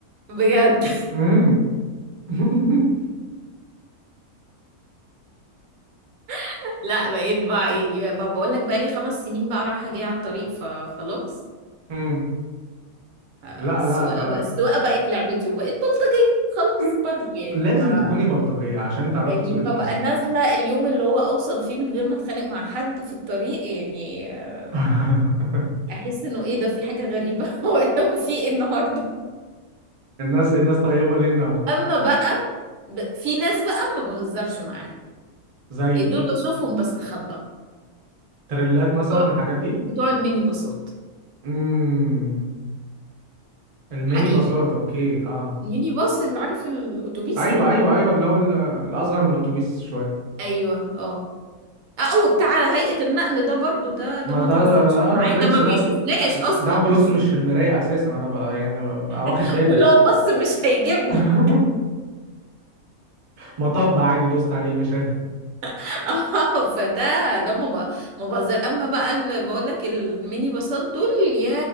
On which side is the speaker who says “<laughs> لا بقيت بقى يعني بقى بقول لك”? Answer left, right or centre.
Right